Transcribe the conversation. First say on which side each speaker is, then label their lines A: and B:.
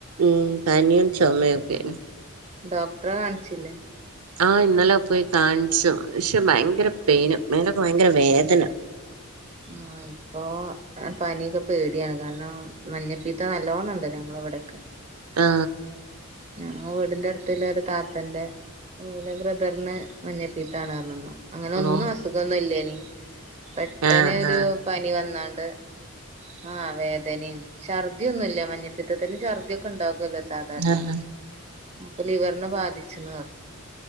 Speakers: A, on the right; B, on the right.
A: ഉം പനിയും ചേമയെക്കെ
B: ഡോക്ടറെ കാണിച്ചില്ലേ
A: ആ ഇന്നലെ പോയി കാണിച്ചു പക്ഷേ ബയങ്കര പെയിനും മേലോക്കെ ബയങ്കര വേദന
B: ആ ഇപ്പൊ പനിയൊക്കെ പേടിയാണ് കാരണം മഞ്ഞപ്പിത്തം നല്ലവോണം ഒണ്ട് ഞങ്ങള് അവടക്കേ
A: ആ
B: ഞങ്ങളെ വീടിന്റെ അട്ത്തില്ലേ ഒരു താ തന്റെ ഓലെ ബ്രദർനേ മഞ്ഞപ്പിത്തണ് അങ്ങനെ
A: ഹലോ
B: ഒന്നും അസുഖമൊന്നു ഇല്ലേനി പെട്ടനൊ
A: ആഹ്
B: ഒര് പനി വന്നാണ്ട് ആ വേദനേം, ഛർദ്ദി ഒന്നും ഇല്ല മഞ്ഞപ്പിത്തിന് ഛർദ്ദി ഒക്കെ ഒണ്ടാ ല്ലേ സാധാരണ
A: ആഹ്
B: അപ്പം ലിവർന് ബാധിച്ച്ന്ന് പറ